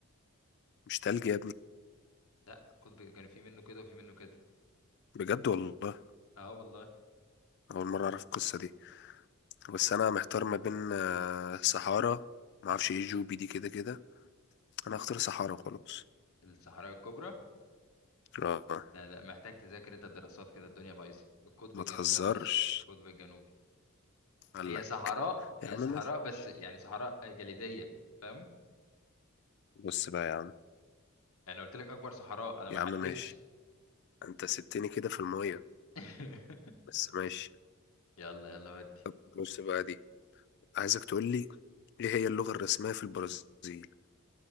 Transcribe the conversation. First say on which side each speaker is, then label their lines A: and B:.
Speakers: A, on the left; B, on the left.
A: مش تلج يا ابني
B: لا القطب الجنوبي في منه كده وفي منه كده
A: بجد والله
B: اه والله
A: أول مرة أعرف القصة دي بس انا محتار ما بين آه، صحارى ما اعرفش ايه جوبي دي كده كده انا هختار صحارى وخلاص
B: الصحراء الكبرى
A: اه
B: لا لا محتاج تذاكر انت الدراسات كده الدنيا بايظه القطب
A: ما
B: الجنوبي
A: تهزرش
B: يا ريس القطب الجنوبي
A: قال
B: هي
A: لك
B: صحراء هي
A: يا عم
B: صحراء
A: ماشي
B: بس
A: ماشي
B: يعني صحراء جليدية فاهم
A: بص بقى يا عم
B: انا قلت لك اكبر صحراء انا
A: يا
B: ما حددتش
A: عم ماشي انت سبتني كده في المية
B: <laughs>
A: بس ماشي
B: يلا يلا ودي
A: طب بص بقى دي عايزك تقول لي ايه هي اللغة الرسمية في البرازيل